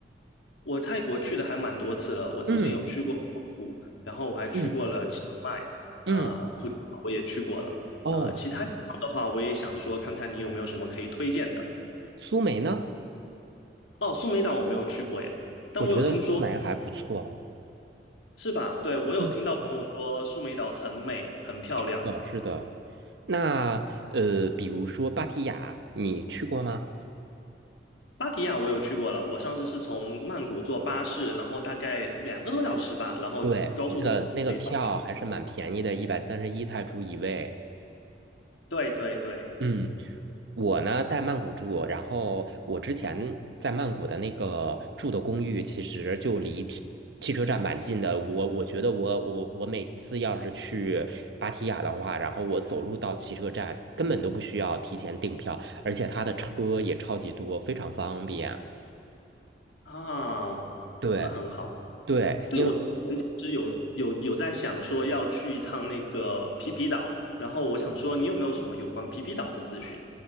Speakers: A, on the left; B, on the right.
A: 我泰国去的还蛮多次了，我之前有去过曼谷，
B: 嗯
A: 然后我还去过了清迈，
B: 嗯
A: 啊、
B: 嗯，
A: 普吉岛我也去过了。
B: 哦，
A: 啊，其他地方的话，我也想说看看你有没有什么可以推荐的。
B: 苏梅呢？
A: 哦，苏梅岛我没有去过耶，但我有听说，
B: 我觉得苏梅还不错。
A: 是吧？对，我有听到朋友说苏梅岛很美，
B: 嗯，
A: 很漂亮。
B: 是的，是的。那呃，比如说芭提雅，你去过吗？
A: 芭提雅我有去过了，我上次是从曼谷坐巴士，然后大概两个多小时吧，然后高速公路可以到。
B: 对，那个那个票还是蛮便宜的，一百三十一泰铢一位。
A: 对对对，
B: 嗯。我呢在曼谷住，然后我之前在曼谷的那个住的公寓，其实就离汽汽车站蛮近的。我我觉得我我我每次要是去芭提雅的话，然后我走路到汽车站，根本都不需要提前订票，而且它的车也超级多，非常方便。
A: 啊，
B: 对
A: 那很好。
B: 对，
A: 对，
B: 因为。
A: 我之前其实有有有在想说要去一趟那个皮皮岛，然后我想说你有没有什么有关皮皮岛的资讯